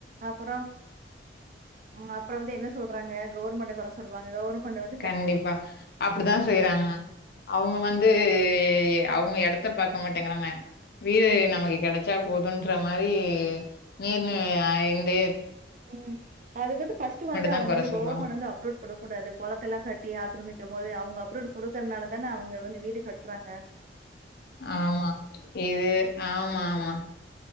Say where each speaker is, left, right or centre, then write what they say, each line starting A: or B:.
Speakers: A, on the right (about 45°); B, on the left (about 60°).
A: அப்புறம் ஆ அப்புறோ வந்து என்ன சொல்றாங்க கவர்மெண்ட்ட கொற சொல்லுவாங்க கவர்மெண்ட் வந்
B: கண்டிப்பா அப்படிதான் செய்றாங்க அவுங்க வந்து அவுங்க எடத்த பாக்க மாட்டேங்குறாங்க வீடு நமக்கு கெடச்சா போதுன்ற மாரி நீர் நிலை அமை இன்றி
A: ம் அதுக்கு வந்து ஃபர்ஸ்ட் வந்து
B: தான்
A: அவுங்க
B: கொற
A: வந்து
B: சொல்லும்.
A: கவர்மெண்ட் வந்து அப்ரூட் கொடு கூடாது குளதெல்லா வெட்டி ஆக்கிரமிக்கும் போது அவுங்க அப்ரூள் கொடுக்குறதுனால தான அவுங்க வந்து வீடு கட்றாங்க
B: ஆமா இது ஆமா ஆமா